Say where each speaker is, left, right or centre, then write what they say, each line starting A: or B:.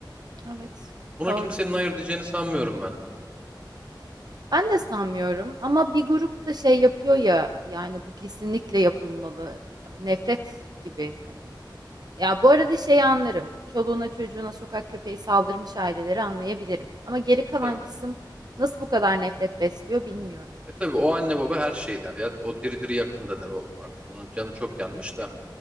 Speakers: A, on the right; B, on the right.
A: Evet,
B: Buna
A: doğru.
B: kimsenin hayır diyeceğini sanmıyorum ben.
A: Ben de sanmıyorum ama bir grup da şey yapıyor ya yani bu kesinlikle yapılmalı. Nefret gibi hani. Ya bu arada şeyi anlarım. Çoluğuna çocuğuna sokak köpeği saldırmış aileleri anlayabilirim. Ama geri kalan
B: Tabii.
A: kısım nasıl bu kadar nefret besliyor bilmiyorum.
B: E tabii o anne baba her şey der ya. O diri diri yakında der o artık. Onun canı çok yanmış da.